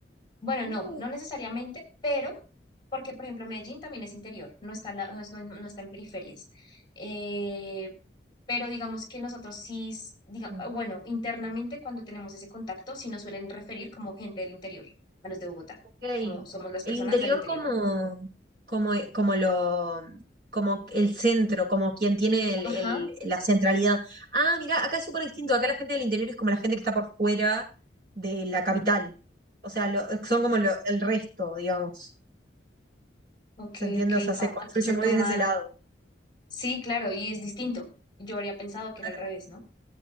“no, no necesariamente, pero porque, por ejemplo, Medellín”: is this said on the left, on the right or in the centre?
Left